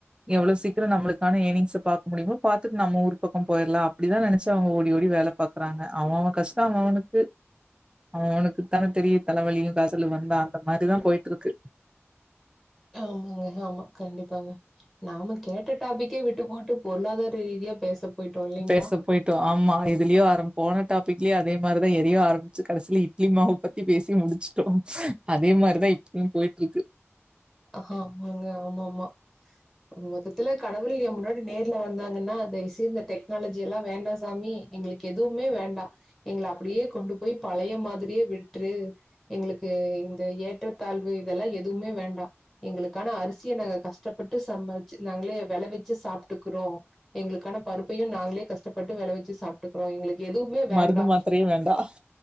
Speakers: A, on the right; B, in the centre.
A: எவ்ளோ சீக்ரோ நம்ளுக்கான ஏன்னிங்ஸ பாக்கு டிமோ பாத்துட்டு நம்ம ஊரு பக்கோ போய்ர்லா அப்டிதா நெனச்சு அவுங்க ஓடி ஓடி வேல பாக்குறாங்க அவோவோ கஷ் டா அவனுக்கு அவனுனக்குத்தான் தெரியு தலைவலியு காசலு வந்தா அந்த மாதிதா போய்ட்ருக்கு
B: ஆமாங்க ஆமா கண்டிப்பாங்க நாம கேட்ட டாபிக்கே விட்டு போட்டு பொருளாதார ரீதியா பேச போயிட்டோ இல்லைங்களா
A: பேச போய்ட்டோ ஆமா எதுல்யோ ஆரம் போன டாப் பிக்லி அதே மாரிதா எதியோ ஆரம்பிச்சு கடசில இட்லி மாவு பத்தி பேசி முடிச்சுட்டோ அதே மாரிதா ஈப் பும் போய்ட்ருக்கு
B: ஹாமாங்க ஆமா ஆமா மொத்தத்துல கடவுள் ஏ முன்னாடி நேர்ல வந்தாங்கன்னா தைவ்செய் இந்த டெக்னாலஜி எல்லா வேண்டா சாமி எங்களுக்கு எதுவுமே வேண்டா எங்கள அப்படியே கொண்டு போய் பழைய மாதிரியே விட்று எங்களுக் க்கு இந்த ஏற்றத்தாழ்வு இதெல்லா எதுவுமே வேண்டா எங்களுக்கான அரிசிய நாங்க கஷ்டப்பட்டு சம்பார்ச்சு நாங்களே வெளவெச்சு சாப்ட்டுக்குறோ எங்களு க்கான பருப்பையு நாங்களே கஷ்டப்பட்டு வெல வெச்சு சாப்ட்டுக்குறோ எங்களுக் எதுவுமே வேண்டா
A: மருந்து மாத்திரையே வேண்டாம்.